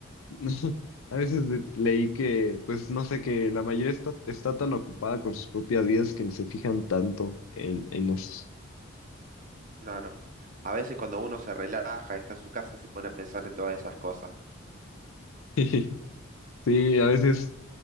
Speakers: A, on the left; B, on the right.
A: <laughs> A veces de- leí que, pues no sé, que la mayoría está, está tan ocupada con sus propias vidas que ni se fijan tanto en, en eso.
B: Claro. A veces cuando uno se relaja, está en su casa, se pone a pensar en todas esas cosas.
A: <laughs> Sí, a veces